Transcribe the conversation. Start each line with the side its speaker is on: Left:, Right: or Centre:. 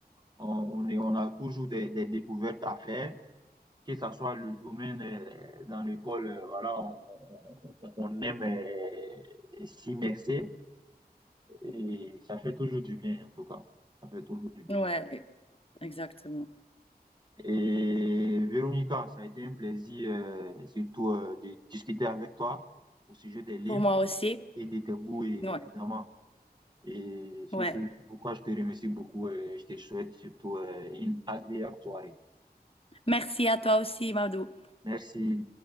Right: on, on est, on a toujours des, des découvertes à faire, que ce soit le domaine euh, dans l'école, euh, voilà, on, on- on- on aime euh, s'immerser et ça fait toujours du bien, en tout cas. Ça fait toujours du bien.
Left: Ouais, exactement.
Right: Et Véronica, ça a été un plaisir, euh, surtout, euh, de discuter avec toi au sujet des livres.
Left: Pour moi aussi.
Right: et de tes goûts, et-
Left: Ouais,
Right: évidemment. Et
Left: ouais.
Right: c'est ce, pourquoi je te remercie beaucoup et je te souhaite surtout euh, une agréable soirée.
Left: Merci à toi aussi, Madou.
Right: Merci.